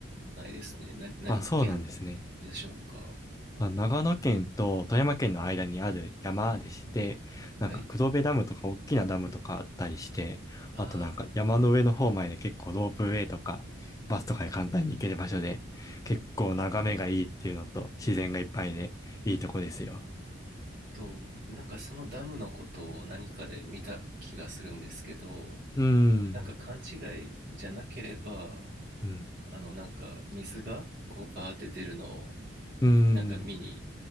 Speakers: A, on the right (about 45°); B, on the left (about 15°).
A: ないですね。な、何県
B: あ、そうなんですね。
A: でしょうかえっと、
B: まあ、長野県と富山県の間にある山でして、なんか黒部ダムとか大きなダムとかあったりして、
A: はい。ああ、
B: あとなんか山の上の方まで結構ロープウェイとか、バスとかで簡単に行ける場所で、結構眺めがいいっていうのと、自然がいっぱいで、いいとこですよ。
A: えっと、なんかそのダムのことを何かで見た気がするんですけど、
B: うん。
A: なんか勘違いじゃなければ、
B: うん。
A: あの、なんか水がこうバーって出るのを
B: うん。
A: なんか見に